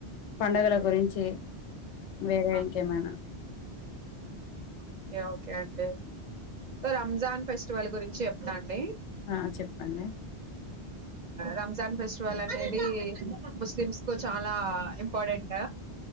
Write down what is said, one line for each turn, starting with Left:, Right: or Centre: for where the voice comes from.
Left: పండుగల గురించి వేర
Right: ఆ
Left: ఇంకా ఎమ్ అయిన
Right: ఓకే ఓకే అండి సో రంజాన్ ఫెస్టివల్ గురించి చెప్తాండి
Left: ఆ చెప్పండి
Right: రంజాన్ ఫెస్టివల్ అనేది ముస్లిమ్స్ కు చాలా ఇంపార్టెంట్